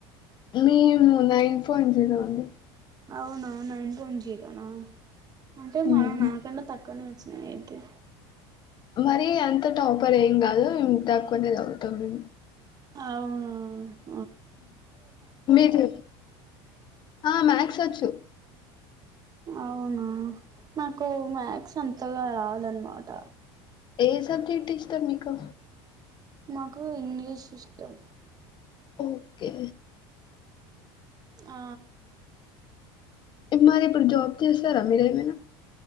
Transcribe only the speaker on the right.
అవునా నైన్ పైన్ జిరో న. అంటే మా
నాకన్నా తక్కువనే వచ్చ. అయితే
అవున
అవునా నాకు మ్యాథ్స్ అంతగా రాదు అనమాట
నాకు ఇంగ్లీష్ ఇష్టం
ఆ